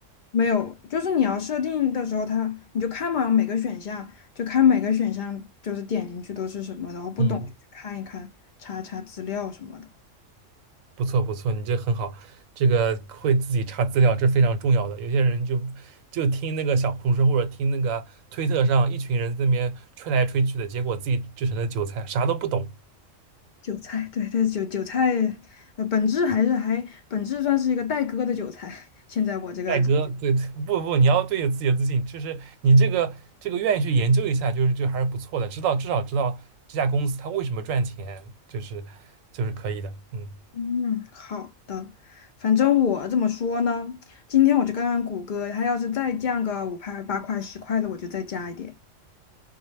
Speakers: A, on the left (about 70°); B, on the right (about 85°).
A: 没有，就是你要设定的时候它，你就看嘛，每个选项就看每个选项，就是点进去都是什么，然后不懂就去看一看，
B: 嗯。
A: 查查资料什么的。
B: 不错不错，你这很好，这个会自己查资料，这非常重要的。有些人就就听那个小红书或者听那个推特上一群人在那边吹来吹去的，结果自己就成了韭菜，啥都不懂。
A: 韭菜，<laughs> 对，对，韭韭菜，呃，本质还是还本质算是一个待割的韭菜。<laughs> 现在我这个
B: 戴哥，对，<laughs> 不不，你要对有自己有自信，就是你这个这个愿意去研究一下，就是就还是不错的，知道至少知道这家公司它为什么赚钱，就是就是可以的，嗯。
A: <laughs>，嗯，好的，反正我怎么说呢？今天我就看看谷歌，它要是再降个五块、八块、十块的，我就再加一点，